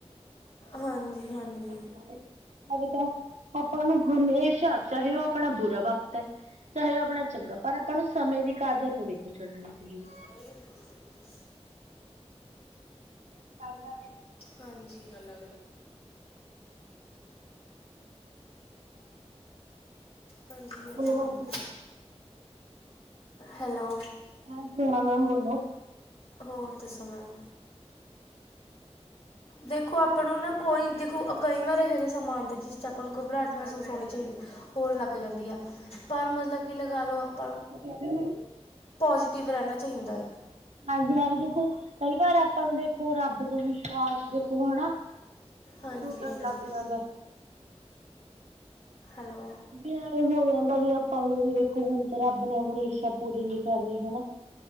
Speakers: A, on the left (about 55°); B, on the right (about 85°).
A: ਹਾਂਜੀ- ਹਾਂਜੀ।
B: ਤਾਂ, ਬੇਟਾ ਆਪਾਂ ਨੂੰ ਹਮੇਸ਼ਾ ਚਾਹੇ ਓ ਆਪਣਾ ਬੁਰਾ ਵਕਤ ਐ ਚਾਹੇ ਓ ਆਪਣਾ ਚੰਗਾ, ਪਰ ਆਪਾਂ ਨੂੰ ਸਮੇਂ ਦੀ ਕਦਰ ਨੀ ਦੇਖੋ ਛੱਡਣੀ ਚਾਹੀਦੀ।
A: <unintelligible>
B: <inaudible>
A: ਹਾਂਜੀ, ਹੈਲੋ। ਹਾਂਜੀ ਹੋਰ
B: ਬੋਲੋ
A: ਸੁਨਾਓ?
B: ਮਾਸੀ
A: ਹੈਲੋ
B: ਹਾਂਜੀ ਹਾਂ, ਮੈਮ ਬੋਲੋ।
A: ਹੋਰ ਦੱਸੋ ਮੈਮ? ਦੇਖੋ ਆਪਾਂ ਨੂੰ ਨਾ, ਕੋਈ ਦੇਖੋ ਕਈ ਵਾਰ ਏਹੋ ਜੇਹਾ ਸਮਾਂ ਆਂਦਾ ਜਿਸ 'ਚ ਆ ਆਪਾਂ ਨੂੰ ਘਬਰਾਟ ਮੇਹਸੂਸ ਹੋਣੀ ਚਾਈ ਹੋਰ ਲੱਗ ਜਾਂਦੀ ਆ ਪਰ, ਮਤਲਬ ਕਿ ਲਗਾ ਲਓ ਆਪ
B: ਕੀ, ਕੇਹ ਰਏ ਓ ਮੈਨੂੰ?
A: ਪੋਜੀਟਿਵ ਰੈਹਨਾ ਚਾਈਂਦਾ ਏ।
B: ਹਾਂਜੀ ਹਾਂ, ਵੀ ਦੇਖੋ ਕਈ ਵਾਰ ਆਪਾਂ ਨੂੰ ਦੇਖੋ, ਰੱਬ ਤੋਂ ਵਿਸ਼ਵਾਸ ਦੇਖੋ ਹਨਾ
A: ਹਾਂਜੀ
B: ਟੁੱਟਣ
A: -ਹਾਂਜੀ।
B: ਲੱਗ ਜਾਂਦਾ।
A: ਹੈਲੋ।
B: ਵੀ ਐ ਹੋ ਜਾਂਦਾ ਵੀ, ਆਪਾਂ ਨੂੰ ਵੀ ਦੇਖੋ ਹੁਣ ਤਾਂ, ਰੱਬ ਨੇ ਆਪਣੀ ਇੱਛਾ ਪੂਰੀ ਨੀ ਕਰਨੀ ਹੈਨਾ।